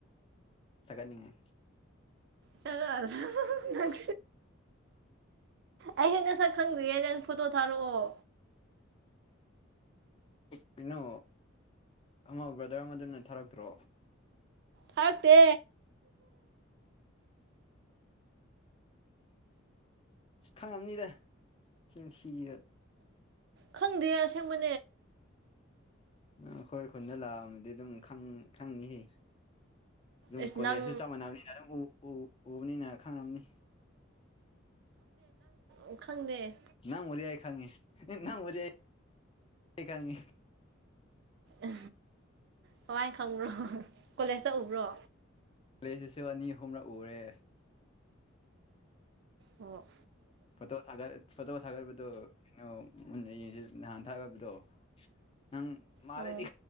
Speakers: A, on the left; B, on the right.
A: ꯇꯒꯠꯅꯤꯡꯉ
B: ꯆꯪ ꯑꯩ ꯍꯦꯟꯅ ꯁꯛ ꯈꯪꯗ꯭ꯔꯤꯌꯦꯅ ꯐꯣꯇꯣ ꯊꯥꯔꯛꯑꯣ
A: ꯀꯩꯅꯣ ꯑꯃ ꯕ꯭ꯔꯗꯔ ꯑꯃꯗꯅ ꯊꯥꯔꯛꯇ꯭ꯔꯣ
B: ꯐꯔꯠꯇꯦ
A: ꯈꯪꯉꯝꯅꯤꯗ ꯊꯤꯟꯁꯤꯕ
B: ꯈꯪꯗꯦ ꯌꯥ ꯁꯦꯡꯕ
A: ꯑꯩꯈꯣꯏ ꯈꯨꯟꯗ ꯂꯥꯛꯑꯃꯗꯤ ꯑꯗꯨꯝ ꯈꯪꯉ ꯑꯗꯨꯨꯝ
B: ꯑꯁ
A: ꯀꯣꯂꯦꯖꯁꯨ
B: ꯅꯪ
A: ꯆꯞ ꯃꯥꯟꯅꯕꯅꯤꯅ ꯑꯗꯨꯝ ꯎꯕꯅꯤꯅ ꯈꯪꯝꯅꯤ
B: ꯎ ꯈꯪꯅꯦꯦ
A: ꯅꯪ ꯃꯌꯥꯏ ꯈꯥꯉꯦ ꯅꯪ ꯑꯣꯥꯉꯦ
B: ꯎ ꯍꯋꯥꯏ ꯈꯪꯕ꯭ꯔꯣ ꯀꯣꯂꯦꯖꯇ ꯎꯕ꯭ꯔꯣ
A: ꯁꯤꯁꯤꯁꯨ ꯑꯅꯤ ꯑꯍꯨꯝꯂꯛ ꯎꯔꯦ
B: ꯑꯣ
A: ꯐꯣꯇꯣ ꯁꯥꯒꯔ ꯐꯣꯇꯣ ꯁꯥꯒꯔꯕꯗꯨꯩꯅ ꯃꯨꯟꯅ ꯌꯦꯡꯁꯦ ꯅꯍꯥꯟ ꯊꯥ ꯍꯥꯏꯕꯗꯣ ꯅꯪ ꯃꯥ
B: ꯑꯣ
A: ꯂꯩꯩꯗꯤ